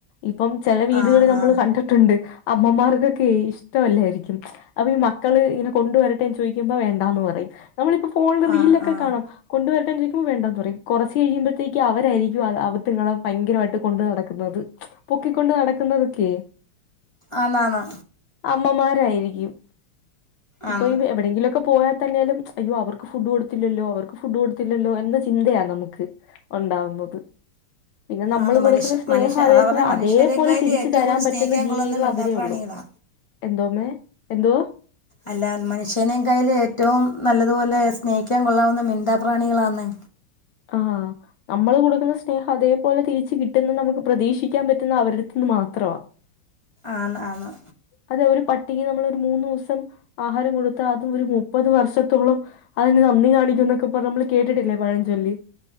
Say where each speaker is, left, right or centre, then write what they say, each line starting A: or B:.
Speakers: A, on the left; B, on the left.
A: ഇപ്പം ചെല വീടുകൾ
B: ആഹ്
A: നമ്മൾ
B: ആഹ്
A: കണ്ടിട്ടുണ്ട്. അമ്മമാർക്കൊക്കെ ഇഷ്ടവല്ലായിരിക്കും. അഭി മ ക്കൾ ഇങ്ങന കൊണ്ടുവരട്ടേ ന്ന് ചോയ്ക്കുമ്പോ വേണ്ട എന്ന് പറയും. നമ്മളിപ്പോ ഫോണില് റീൽലൊക്കെ
B: ആഹ് ആഹ്
A: കാണും. കൊണ്ടുവരട്ടെന്ന് ചോദിക്ക പ്പൊ വേണ്ടാന്ന് പറയും. കുറച്ച് കഴിയുമ്പോത്തേക്കും അവരായിരിക്കും അവത്ത്ങ്ങള ഭയരമായിട്ട് കൊണ്ട് നടക്കുന്നത്. <unintelligible> പൊക്കിക്കൊണ്ട് നടക്കുന്നതൊക്കെയ്
B: ആന്നാന്ന്
A: അമ്മമാരായിരിക്കും. ഇപ്പൊ
B: ആന്ന്
A: എവിടെങ്കിലുമൊക്കെ പോയാ തന്നാലും അയ്യോ അവർക്ക് ഫുഡ് കൊടുത്തില്ലല്ലോ അവർക്ക് ഫുഡ് കൊടുത്തില്ലല്ലോ എന്ന ചിന്തയാ നമുക്ക് ഉണ്ടാവു ന്നത് പിന്നെ നമ്മൾ
B: ആന്ന്
A: കൊടുക്കുന്ന
B: മനുഷ്യ
A: സ്നേഹം
B: മനുഷ്യ
A: അതേപ
B: അതാ പറഞ്ഞെ മനുഷ്യരെക്കായിലും
A: അതേപോലെ തിരിച്ചു
B: ഏറ്റവും
A: തരാൻ
B: കൂടുതൽ
A: പറ്റുന്ന
B: സ്നേഹിക്കാൻ
A: ജീവികൾ
B: കൊള്ളുന്നത് മിണ്ടാപ്രാണികളാ
A: അവരെ ഉള്ളു. എന്തോമ്മേ എന്തോ?
B: അല്ല മനുഷ്യനേകായലും ഏറ്റവും നല്ലതുപോലെ സ്നേഹിക്കാൻ കൊള്ളാവുന്ന മിണ്ടാ പ്രാണികളാന്ന്
A: ആഹ് നമ്മള് കൊടുക്കുന്ന സ്നേഹം അതേപോലെ തിരിച്ച് കിട്ടുന്ന നമുക്ക് പ്രതീക്ഷിക്കാൻ പറ്റുന്ന അവരുടെടുത്ത്ന്ന് മാത്രവാ.
B: ആന്ന് ആന്ന്
A: അതെ ഒരു പട്ടിക്ക് നമ്മള് ഒരു മൂന്ന് ദിവസം ആഹാരം കൊടുത്താ അതും ഒരു മുപ്പത് വർഷത്തോളം അതിന്റെ നന്ദി കാണിക്കും എന്നൊക്കെ പറഞ്ഞ് നമ്മള് കേട്ടിട്ടില്ലേ പഴഞ്ചൊല്ല്